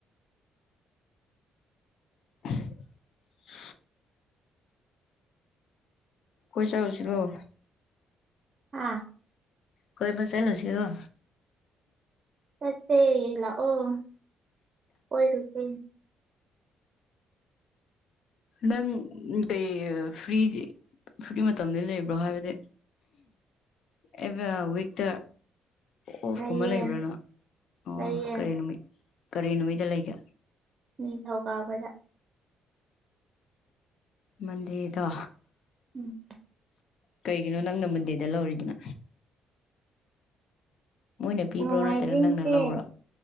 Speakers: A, on the left; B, on the right.
A: <inaudible> ꯀꯣꯏ ꯆꯠꯂꯨꯁꯤꯔꫭ
B: ꯍꯥ
A: ꯀꯣꯏꯕ ꯆꯠꯂꯨꯁꯤꯔꫭ
B: ꯆꯠꯁꯦ ꯂꯥꯛꯑꯣ ꯀꫭꯏꯔꯨꯁꯦ
A: ꯅꯪ ꯎ ꯀ ꯐꯔꯤꯗꯤ ꯁꯨꯛꯀꯤ ꯃꯇꯝꯗ ꯂꯩꯕ꯭ꯔꯣ ꯍꯥꯏꯕꯗꯤ ꯑꯦꯕꯦꯜ ꯋꯤꯛꯇ ꯑꯣꯐ
B: ꯂꯩꯌꯦ
A: ꯀꯨꯝꯕ ꯂꯩꯕ꯭ꯔꯥꯅꯣ ꯑꯣ
B: ꯂꯩꯌꯦ
A: ꯀꯔꯤ ꯅꯨꯃꯤꯠ ꯀꯔꯤ ꯅꯨꯃꯤꯠꯇ ꯂꯩꯒꯦ
B: ꯅꯤꯡꯊꯧ ꯀꯥꯕꯗ
A: ꯃꯟꯗꯤꯗꯣ
B: ꯎꯝ
A: ꯀꯩꯒꯤꯅꯣ ꯅꯪꯅ ꯃꯨꯟꯗꯦꯗ ꯂꯧꯔꯤꯗꯅ ꯃꯣꯏꯅ ꯄꯤꯕ꯭ꯔꯣ
B: ꯅꯣꯡꯃꯥꯏꯖꯤꯡꯁꯦ
A: ꯅꯠꯇ꯭ꯔꯒ ꯅꯪꯅ ꯂꯧꯕ꯭ꯔꯣ